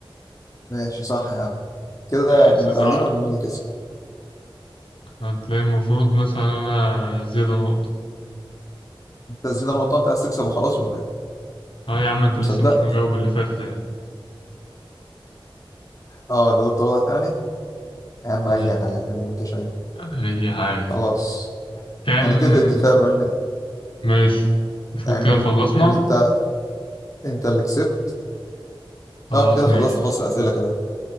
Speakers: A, on the left (about 35°); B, on the left (about 70°).
A: ماشي صح يا عم كده
B: ماشي
A: احنا متعادلين
B: صح
A: ولا مين اللي كسب
B: هتلاقي المفروض مثلا انا زيادة نقطة
A: انت زيادة نقطة انت عايز تكسب وخلاص ولا ايه انت
B: اه يا عم انت
A: مصدقت
B: لسه مش مجاوب اللي فاتت اهي
A: اه جاوبت غلط يعني يا عم
B: مم.
A: اي حاجة اللي انت شايفه
B: اي حاجة
A: خلاص
B: كام
A: هنتفق اتفاق بان
B: ماشي نشوف
A: يعني
B: كده
A: من
B: خلصنا
A: ان انت انت اللي كسبت
B: خلاص
A: اه احنا كده
B: ماشي
A: خلصنا خلاص الاسئلة كده